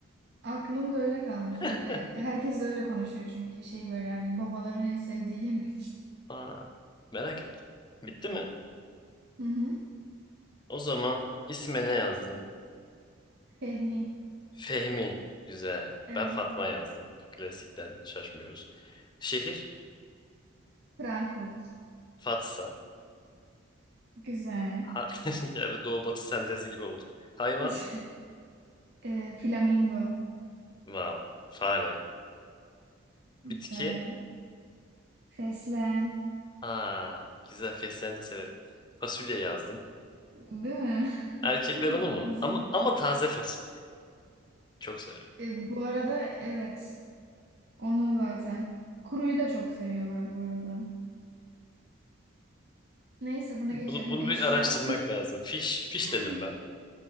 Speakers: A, on the right; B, on the left.
A: Aklımda öyle kalmış. Böyle
B: <laughs>
A: herkes de öyle konuşuyor çünkü şey böyle yani babaların en sevdiği yemek.
B: aa merak ettim bitti mi
A: Hı hı.
B: o zaman isme ne yazdın
A: Fehmi.
B: Fehmi güzel
A: Evet.
B: ben Fatma yazdım klasikten şaşmıyoruz şehir
A: Frankfurt.
B: Fatsa
A: Güzel.
B: ha, <laughs> yani doğu batı sentezi gibi olduk hayvan
A: <laughs> Ee, flamingo.
B: Wow. Fare. Bitki.
A: Güzel. Fesleğen.
B: Aa, güzel fesleğen de severim. Fasulye yazdım.
A: Değil mi?
B: Erkekler
A: <laughs>
B: onu mu?
A: Basit.
B: Ama ama taze fasulye. Çok severim.
A: Ee, bu arada evet. Onu zaten. Kuruyu da çok seviyorlar bu arada. Neyse bunu geçelim.
B: Bunu bunu
A: Eşya.
B: bir araştırmak lazım. Fiş, fiş
A: <laughs>
B: dedim ben.